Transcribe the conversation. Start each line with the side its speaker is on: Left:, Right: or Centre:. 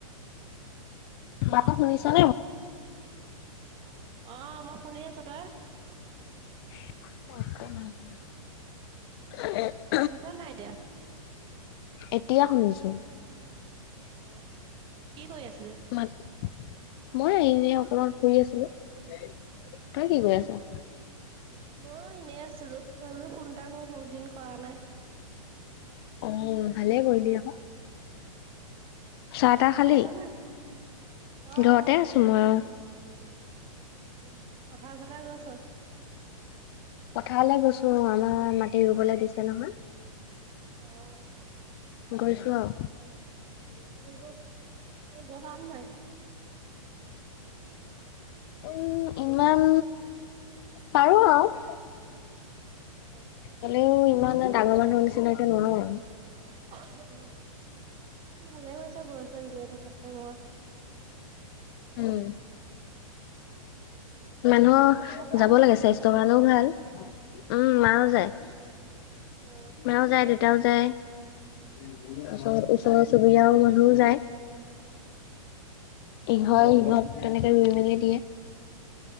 Left: মাতটো শুনিছ নে?
Right: অ মই শুনি আছো, তই?
Left: <inaudible>
Right: সোনকাল নাই দিয়া।
Left: এতিয়া শুনিছো।
Right: অ, কি কৰি আছিলে?
Left: মাত মই এনে অকমান ফুৰি আছিলো, তই কি কৈ আছ?
Right: মই এনেই আছিলো, মই বোলো ফোনটাকো বহুত দিন কৰা নাই।
Left: অ ভালে কৰিলি আকৌ। চাহ -
Right: ঘৰতে
Left: তাহ খালি?
Right: আছ না অ অ
Left: ঘৰতে
Right: খালো
Left: আছো মই।
Right: উম পথাৰ - জথাৰ গৈছ?
Left: পথাৰলৈ গৈছো মই, আমাৰ মাটি ৰুবলৈ দিছে নহয়?
Right: অঁ।
Left: গৈছো আও।
Right: ৰুব, এ ব বাম হে।
Left: উম ইমান পাৰো আৰু।
Right: অ
Left: হলেও ইমান ডাঙৰ মানুহ নিচিনাকে নোৱাৰো।
Right: ধ অ, ভালে গৈছা ঘৰ চৰ এনে থকাতকে ঘৰত।
Left: উম। মানুহৰ
Right: মাহঁত যায়
Left: যাব
Right: নাই
Left: লাগে স্বাস্থ্যৰ কাৰণেও ভাল। উম মাও যায়,
Right: অ
Left: মাও যায়, দেতাও যায়। ওচ ওচৰ চুবুৰীয়া মানুহও যায়। ইঘৰ সিঘৰ তেনেকে ৰুই মেলি দিয়ে।